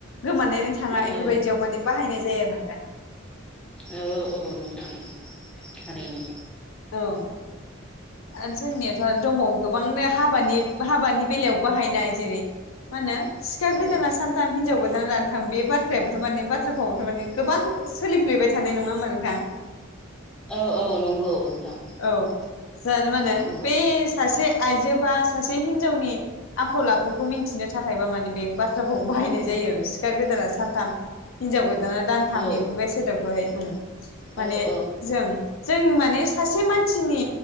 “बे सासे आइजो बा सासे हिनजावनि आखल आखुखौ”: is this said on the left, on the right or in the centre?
Left